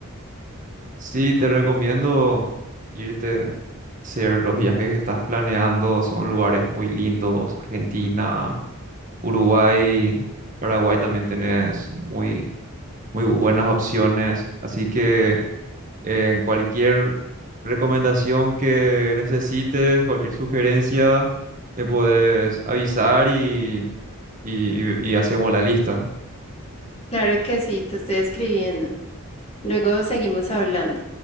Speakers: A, on the right (about 35°); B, on the left (about 25°).
A: Sí, te recomiendo irte, hacer los viajes que estás planeando. Son lugares muy lindos. Argentina. Uruguay, Paraguay también tenés muy, muy buenas opciones. Así que en cualquier recomendación que necesites, cualquier sugerencia, me podés avisar y, y, y y hacemos la lista.
B: Claro que sí, te estoy escribiendo. Luego seguimos hablando.